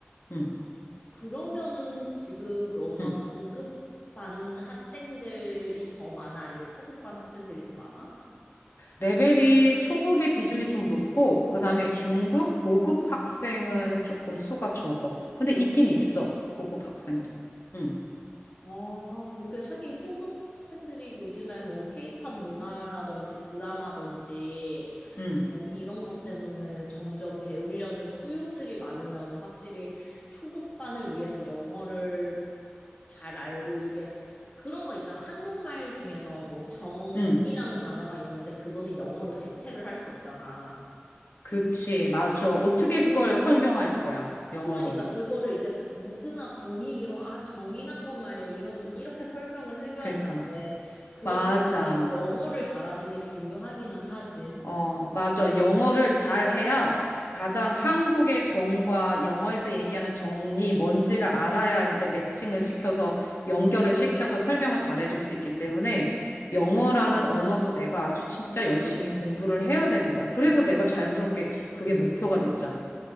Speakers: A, on the left; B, on the left.
A: 응,
B: 그러면은 지금 너가
A: 응.
B: 고급반 학생들이 더 많아? 아니면 초급반 학생들이 더 많아?
A: 레벨이 초급이 비중이 좀 높고, 그 다음에 중급, 고급 학생은 조금 수가 적어. 근데 있긴 있어, 고급 학생도. 응,
B: 아, 그렇게 하긴 초급 학생들이 요즘에 뭐 케이팝 문화라든지 드라마든지
A: 응,
B: 어, 이런 것 때문에 점점 배우려는 수요들이 많으면 확실히 초급반을 위해서 영어를 잘 알고 이게 그런 거 있잖아. 한국말 중에서 뭐 정이라는
A: 응.
B: 단어가 있는데 그거는 영어로 대체를 할 수 없잖아.
A: 그치,
B: 어.
A: 맞아. 어떻게 그걸 설명할 거야, 영어로.
B: 그러니까 그거를 이제 무드나 분위기로 아, 정이란 건 말이야 이러면서 이렇게 설명을 해줘야
A: 그러니까.
B: 되는데 그럴
A: 맞아.
B: 때는 영어를 잘하는 게 중요하기는 하지.
A: 어, 맞아. 영어를 잘해야 가장 한국의 정과 영어에서 얘기하는 정이 뭔지를 알아야 이제 매칭을 시켜서 연결을 시켜서 설명을 잘해줄 수 있기 때문에 영어라는 언어도 내가 아주 진짜 열심히 공부를 해야 되는 거야. 그래서 내가 자연스럽게 그게 목표가 됐잖아.